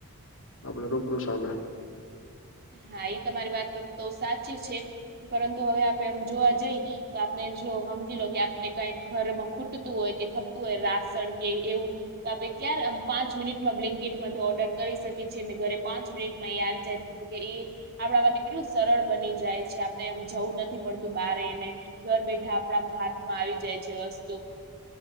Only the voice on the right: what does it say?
હા એ તમારી વાત તો સાચી છે પરંતુ હવે આપે આમ જોવા જઈ તો આપને જો સમજી લો કે આપને કઈક ઘરમાં ખૂટતું હોય કે ખપતું હોય રાસણ કે એવું તો આપે ક્યારે પાંચ મિનિટમાં બ્લિંકિટમાંથી ઓર્ડર કરી શકીએ છીએ અને ઘરે પાંચ મિનિટમાં એ આવી જાય. કે એ આપણા માટે કેટલું સરળ બની જાય છે આપણે એમ જવું નથી પડતું બારને ઘર બેઠા આપણા હાથમાં આવી જાય છે વસ્તુ